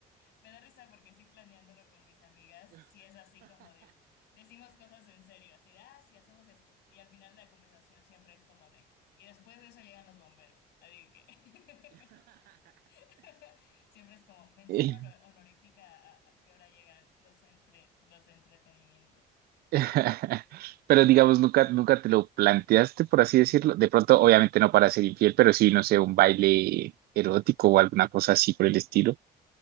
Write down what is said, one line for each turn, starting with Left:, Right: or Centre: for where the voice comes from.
Left: Me da risa porque sí planeándolo con mis amigas, sí es así como de, decimos cosas en serio, así de, ah, sí, hacemos esto. Y al final la conversación siempre es como de, y después de eso llegan los bomberos. Así que <laughs> siempre es como mención
Right: <laughs>
Left: honor-
Right: <laughs>
Left: honorífica a, a qué hora llegan los, entre, los de entretenimiento.
Right: <laughs> Pero digamos, nunca, nunca te lo planteaste, por así decirlo. De pronto, obviamente no para ser infiel, pero sí, no sé, un baile erótico o alguna cosa así por el estilo.